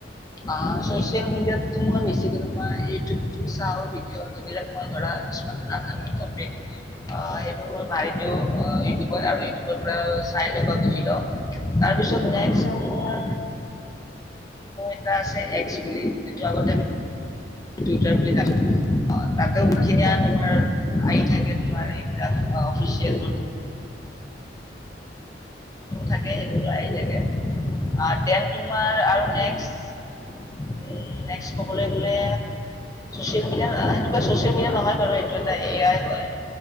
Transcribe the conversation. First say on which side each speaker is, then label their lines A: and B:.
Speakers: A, on the left; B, on the left.
A: অ', চছিয়েল মিডিয় তম বেছিকে তোমাৰ এই ইউিউব ত চাওঁ ভিডিঅ' যবিলাক মই ধৰা কিছুমান নাজানো টপিক আহ সেইবোৰ মই মাৰি দিও ইউটিউবত আৰু ইউটিউবৰ পৰা চাই লওঁ বা বুজি লওঁ। তাৰপিছত নেক্সট
B: আচ্ছা
A: তোমাৰ <unintelligible> এটা আছে এক্স বুলি যিটো আগতে আমি টুইটাৰ বুলি জানো। অ', তাতেও সখিনি
B: আচ্ছা
A: আন তোমাৰ আহি থাকে তোমাৰ এইবিলাক <unintelligible> যুনবোৰ থাকে সেইবো আহি থাকে তোমাৰ আৰু
B: আচ্ছা
A: নেক্স নেক্সট ক'বলৈ গ'লে চিয়েল মিডিয়া সেনেকুৱা চচিয়েল মিডিয়া নহয় বাৰু, এইটো এটা এ আই হয়,